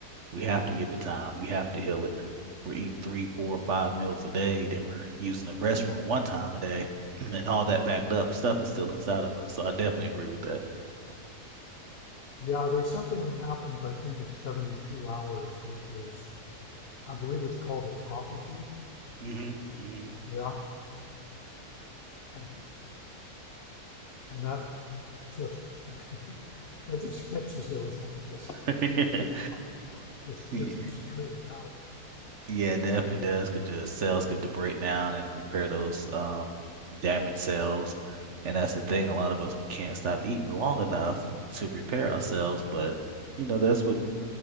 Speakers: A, on the right (about 55°); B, on the left (about 50°).
A: We have to give it time. We have to heal it. We're eating three, four, five meals a day. Then we're using the restroom one time a day, <clears throat> and all that backed up stuff is still inside of us. So I definitely agree with that.
B: Yeah, there's something that happens. I think at 72 hours, which is I believe it's called autophagy.
A: hmm hmm
B: Yeah, and and that just <laughs> that just fixes everything. Just
A: Yep.
B: <laughs> yeah. just
A: <laughs>
B: gets it straightened out.
A: Yeah, it definitely does because your cells get to break down and repair those um damaged cells. And that's the thing, a lot of us we can't stop eating long enough to repair ourselves, but you know, that's what